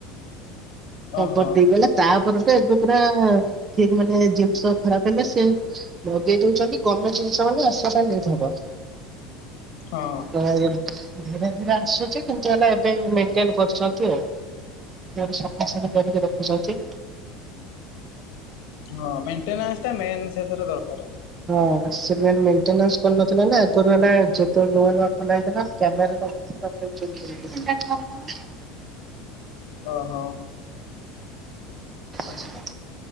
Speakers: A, on the right (about 20°); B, on the left (about 65°).
A: ନମ୍ବର
B: ଓହୋ।
A: ଦେଇଗଲା ତାପରେ ତ ଏବେ ପୁରା ଅ ଠିକ ମାନେ ଜିନିଷ ଖରାପ ହେଲେ ସେ ଲଦେଇ ଦଉଛନ୍ତି ଗମେଣ୍ଟ ଜିନିଷ ମାନେ ଆସିବା ପାଇଁ ଲେଟହେବ।
B: ହଁ
A: ଆ <unintelligible> ଧିରେ ଧିରେ ଆସୁଛି କିନ୍ତୁ ଆମେ ଏବେ ଏବେ ମେଣ୍ଟେନ କରୁଛନ୍ତି ଆଉ <unintelligible> ଆସନ କରିକି ରଖୁଛନ୍ତି।
B: ହଁ ମେଣ୍ଟେନାଶଟା ମେନ ସେଥିରେ ଦରକାରେ।
A: ହଁ ସିଏ ମେନ ମେଣ୍ଟେନାନ୍ସ କରିନଥିଲା ନା ଆଗରୁ ହେଲା ଯେତେବେଳେ ନୂଆ ନୂଆ ଖୋଲା ହେଇଥିଲା କ୍ୟାମେରା ନ <unintelligible>
B: ଅ ହଁ
A: ଅଛି ବା